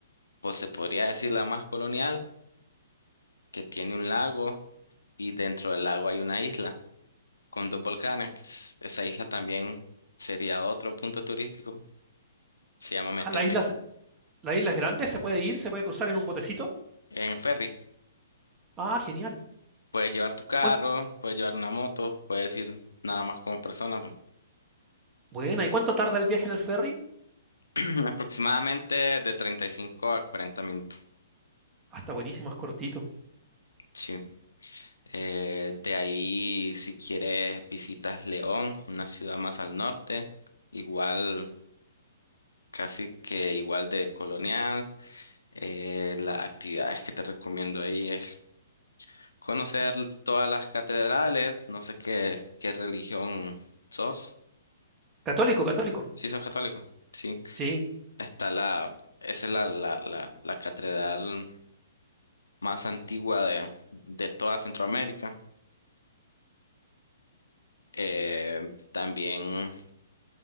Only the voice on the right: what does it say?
Ah, las islas, las islas grandes se puede ir, se puede cruzar en un botecito.
Ah, genial.
Cuán-
Buena, ¿y cuánto tarda el viaje en el ferry?
Ah, está buenísimo, es cortito.
Católico, católico.
Sí.